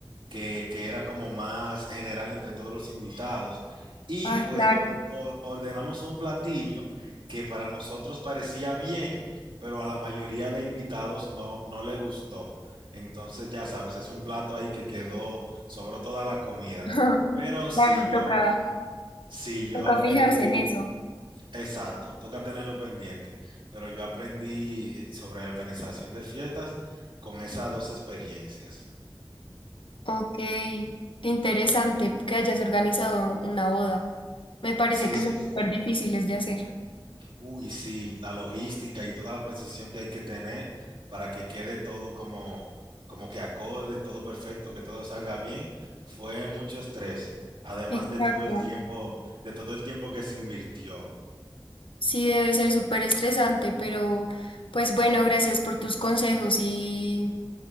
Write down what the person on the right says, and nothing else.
que, que era como más general entre todos los invitados. Y
pues
or- or- ordenamos un platillo que para nosotros parecía bien, pero a la mayoría de invitados no, no le gustó. Entonces, ya sabes, es un plato ahí que quedó sobró toda la comida.
Pero si
yo,
si yo
aprendí.
Exacto, toca tenerlo pendiente, pero yo aprendí eh, sobre organización de fiestas con esas dos experiencias.
Sí,
sí,
uy, sí, la logística y toda la precisión que hay que tener para que quede todo como, como que acorde, todo perfecto, que todo salga bien, fue mucho estrés, además
de todo el tiempo, de todo el tiempo que se invirtió.